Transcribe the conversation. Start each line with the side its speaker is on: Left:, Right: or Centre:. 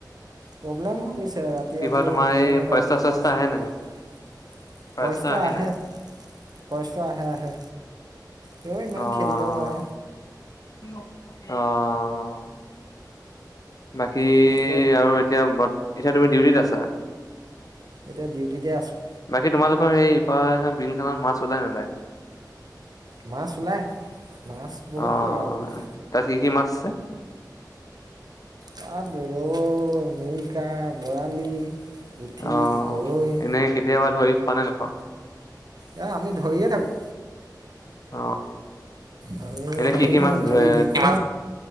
Right: প্ৰব্লেম হৈ গৈছে ইয়াত ৰাতি ৰাতি
Left: ইপাৰ তোমাৰ
Right: শুবলে
Left: এই
Right: নেপায়
Left: ফৰেষ্টাৰ
Right: তেনেকুৱা
Left: চৰেষ্টাৰ
Right: হৈছে
Left: আহে নাহে? ফৰেষ্টাৰ
Right: ফয়েচ ট আহে।
Left: নাহে?
Right: ফৰেচটো আহে আহে, তেওঁ ইমান
Left: অ',
Right: খেদিব নোৱাৰে।
Left: অ' বাকী
Right: এতিয়া
Left: আৰু এতিয়া বট, এতিয়া তুমি ডিউটিত আছা?
Right: এতিয়া ডিউটিতে আছোঁ।
Left: বাকী তোমালোকৰ সেই ইপা বিল খনত মাছ ওলাই নোলায়?
Right: মাছ ওলাই, মাছ বহুত
Left: অ',
Right: পৰে আউ বিল
Left: তাত কি কি মাছ আছে?
Right: তাত ৰৌ, মিৰিকা, বৰালি, পুঠি,
Left: অ',
Right: গৰৈ
Left: এনে কেতিয়াবা ধৰি খোৱা নে নোখোৱা?
Right: এ, আমি ধৰিয়ে থাকোঁ।
Left: অ'।
Right: ধৰি
Left: এনে
Right: এ, ধৰি
Left: কি কি
Right: থাকো
Left: মাছ ধৰে
Right: ধৰি বিক্ৰী